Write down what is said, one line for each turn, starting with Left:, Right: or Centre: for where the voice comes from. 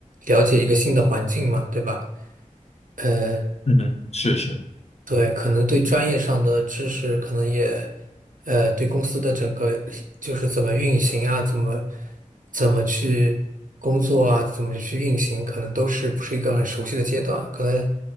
Right: 了解一个新的环境嘛，对吧？呃。
Left: 嗯哼，是是。
Right: 对，可能对专业上的知识，可能也，呃，对公司的整个就是怎么运行啊，怎么怎么去工作啊，怎么去运行，可能都是不是一个很熟悉的阶段，可能